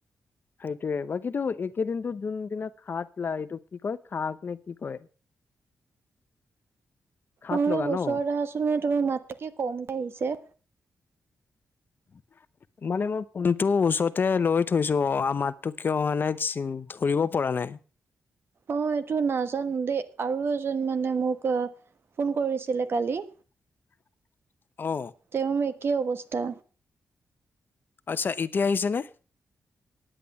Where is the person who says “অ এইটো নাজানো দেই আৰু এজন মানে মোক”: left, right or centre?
Right